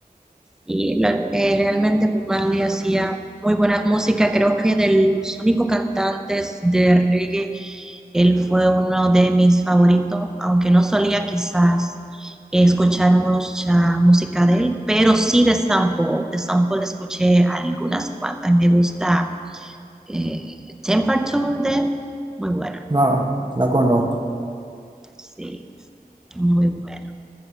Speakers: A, in the centre; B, on the right.
A: Y la- eh, realmente Bob Marley hacía muy buenas músicas. Creo que de los únicos cantantes de reggae, él fue uno de mis favoritos, aunque no solía quizás escuchar mucha música de él, pero sí de Sample. De Sample escuché algunas cuantas. Me gusta eh, Temperature de él, muy buena.
B: No, la conozco.
A: Sí, muy buena.